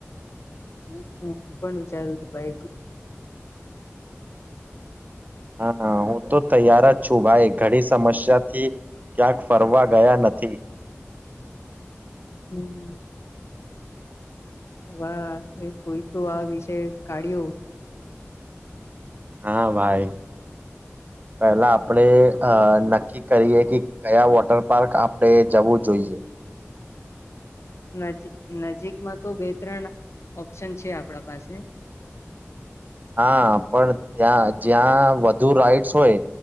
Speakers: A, on the left; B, on the right.
A: હુ હું પણ વિચારું છું. બાઈક
B: હા હું તો તૈયાર જ છું ભાઈ. ઘડી સમસ્યાથી ક્યાંક ફરવા ગયા નથી.
A: હમ વાહ, કોઈ તો આ વિષય કાઢ્યો.
B: હા, ભાઈ પેલા આપડે અ નક્કી કરીએ કી કયા વોટર પાર્ક આપડે જવું જોઈએ.
A: નજીક નજીકમાં તો બે-ત્રણ ઓપ્શન છે. આપડા પાસે.
B: હા, પણ ત્યાં જ્યાં વધુ રાઈટ્સ હોય